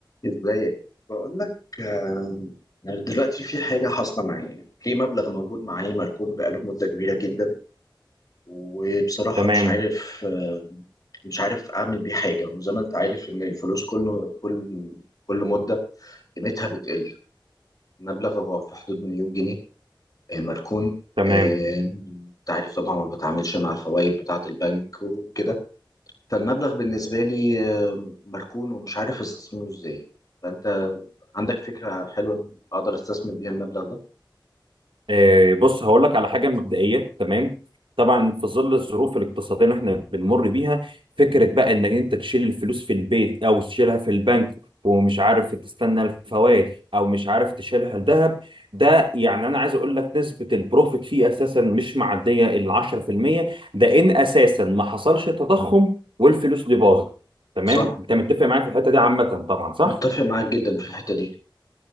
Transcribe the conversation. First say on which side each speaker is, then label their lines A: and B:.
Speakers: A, on the left; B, on the right.
A: ازاي بقول لك آه، دلوقتي في حاجة حاصلة معايا في مبلغ موجود معايا مركون بقاله مدة كبيرة جدا وبصراحة
B: تمام
A: مش عارف آه، مش عارف أعمل بيه حاجة وزي ما أنت عارف إن الفلوس كل كل كل مدة قيمتها بتقل المبلغ هو في حدود مليون جنيه آه، مركون
B: تمام
A: آه، أنت عارف طبعا ما بتعاملش مع الفوائد بتاعة البنك وكده فالمبلغ بالنسبة لي آه، مركون ومش عارف استثمره إزاي فأنت عندك فكرة حلوة أقدر أستثمر بيها المبلغ ده؟
B: آه، بص هقول لك على حاجه مبدئيه تمام طبعا في ظل الظروف الاقتصاديه اللي احنا بنمر بيها فكره بقى انك انت تشيل الفلوس في البيت او تشيلها في البنك ومش عارف تستنى الفوائد او مش عارف تشيلها الذهب ده يعني انا عايز اقول لك نسبه البروفيت فيه اساسا مش معديه ال 10% ده ان اساسا ما حصلش تضخم والفلوس دي باظت تمام
A: صح
B: انت متفق معايا في الحته دي عامه طبعا صح
A: متفق معاك جدا في الحتة دي